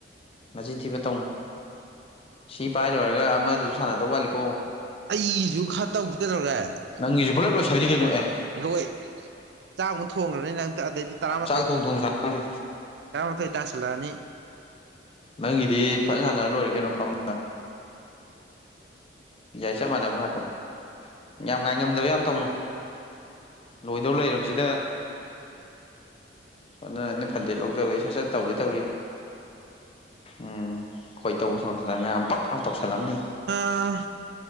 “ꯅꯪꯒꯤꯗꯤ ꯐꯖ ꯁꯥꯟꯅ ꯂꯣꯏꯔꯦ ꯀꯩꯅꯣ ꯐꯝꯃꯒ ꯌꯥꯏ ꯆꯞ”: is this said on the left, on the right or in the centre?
Left